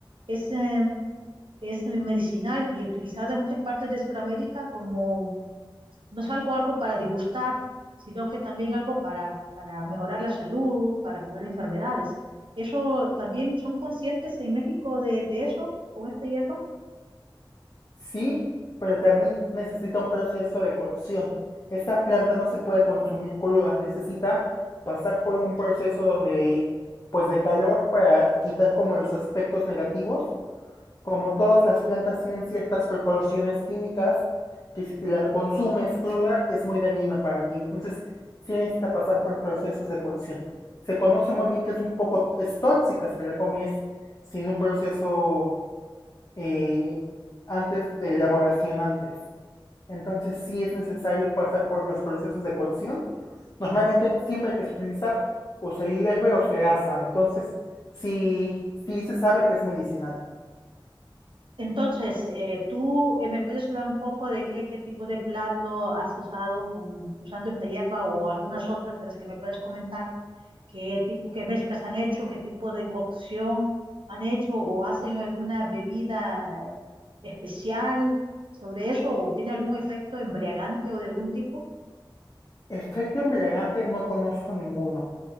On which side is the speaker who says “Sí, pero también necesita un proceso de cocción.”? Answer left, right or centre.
Left